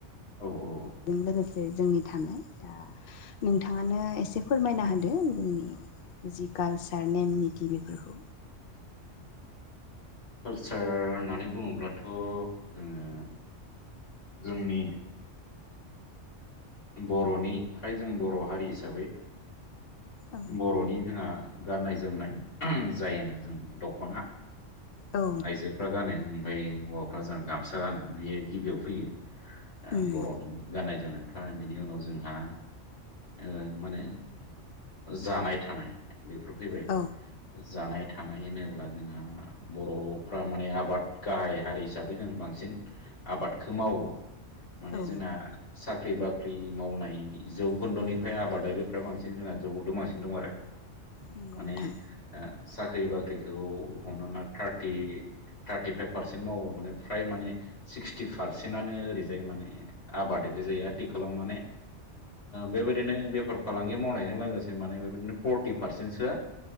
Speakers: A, on the left (about 80°); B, on the left (about 60°).
A: औ औ
B: बेजों लोगोसे जोंनि थानाय दा नोंथाङानो एसे फोरमायना होदो जोंनि जि कालचार नेम निथि बेफोरखौ
A: कालसार होननानै बुङोब्लाथ' जोङो जोंनि बर'निफ्राय जों बर' हारि हिसाबै
B: औ
A: बर'नि जोंहा गाननाय जोमनाय जायोना जों दख'ना
B: औ
A: आइजोफ्रा गानो ओमफ्राय हौवाफ्रा जोंहा गामसा गानो बियो गिबियाव फैयो।
B: उम
A: बर'नि गाननाय जोमनाय ओमफ्राय बिनि उनाव जोंहा ओ मा नो जानाय थानाय बेफोर फैबाय
B: औ
A: जानाय थानाय होनोब्ला जोंहा बर'फ्रा माने आबाद गाहाइ हारि हिसाबै जों बांसिन आबादखौ मावो माने
B: औ
A: जोंना साख्रि बा फ्रि मावनायनि जौखोन्दोनिफ्राय आबादारिफ्रा बांसिन जोंहा जौ दमासि दं आरो
B: नंगौ
A: माने
B: नोंथां
A: ओ साख्रि बाख्रिखौ हमानै ला थार-थार्टिफाइभ पारसेन्ट मावो माने फ्राय माने सिक्सटि पारसेन्टनो ओरैजाय माने आबाद ओरै जायो आथिखालाव माने बेबायदिनो बेफार फालांगि मावनाय बेजों लोगोसे माने बेबायदिनो फर्टि पारसेन्टसोआ